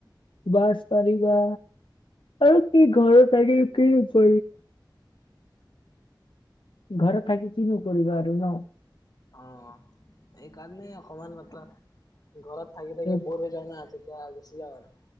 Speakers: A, on the left; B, on the left.
A: বাছ পাৰিবা, আৰু কি ঘৰ তাকি কি প ঘৰত থাকি কিনো কৰিবা আৰু ন!
B: অ, এই কাৰণে অকনমান মতলব, ঘৰত থাকি-থাকি
A: এই-
B: বৰ হৈ যাও না, ত' <unintelligible>